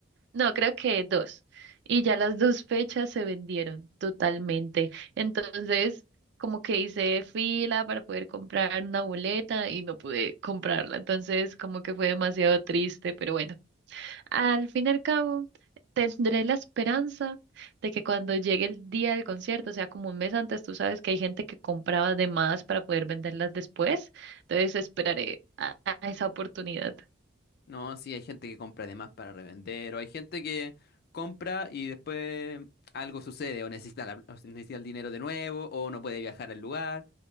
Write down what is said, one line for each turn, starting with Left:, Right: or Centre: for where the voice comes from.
Right: No, creo que dos. Y ya las dos fechas se vendieron totalmente. Entonces, como que hice fila para poder comprar una boleta y no pude comprarla. Entonces, como que fue demasiado triste, pero bueno, al fin y al cabo, tendré la esperanza de que cuando llegue el día del concierto, o sea, como un mes antes, tú sabes que hay gente que compraba de más para poder venderlas después. Entonces, esperaré a a esa oportunidad.
Left: No, sí, hay gente que compra además para revender, o hay gente que compra y después algo sucede, o necesita, la- o necesita el dinero de nuevo, o no puede viajar al lugar.